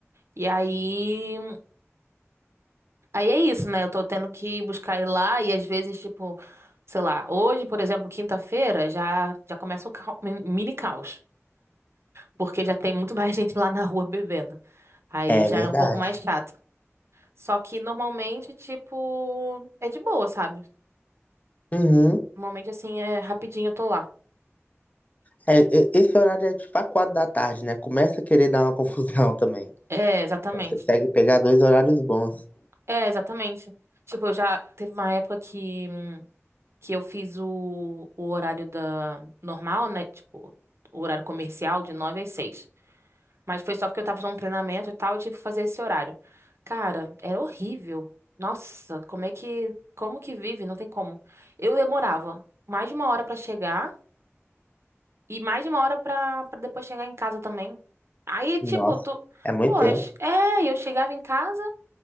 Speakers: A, on the right (about 60°); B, on the left (about 30°).
A: e aí Aí é isso, né? Eu tô tendo que buscar ele lá e às vezes, tipo, sei lá, hoje, por exemplo, quinta-feira, já já começa o cau- mi- mini caos, porque já tem muito mais <laughs> gente lá na rua bebendo. Aí
B: É
A: já
B: verdade.
A: é um pouco mais chato. Só que normalmente, tipo, é de boa, sabe?
B: Uhum.
A: Normalmente assim é rapidinho eu tô lá.
B: É, e- esse horário é tipo a quatro da tarde, né? Começa a querer dar uma <laughs> confusão também.
A: É, exatamente.
B: Então você consegue pegar dois horários bons.
A: É, exatamente. Tipo, eu já teve uma época que que eu fiz o, o horário da normal, né? Tipo, o horário comercial de 9 às 6. Mas foi só porque eu tava fazendo um treinamento e tal, eu tive que fazer esse horário. Cara, era horrível. Nossa, como é que. Como que vive? Não tem como. Eu demorava mais de uma hora pra chegar e mais de uma hora pra, pra depois chegar em casa também. Aí, tipo,
B: Nossa,
A: tu.
B: é muito
A: Pô,
B: tempo.
A: eu... che- é, eu chegava em casa,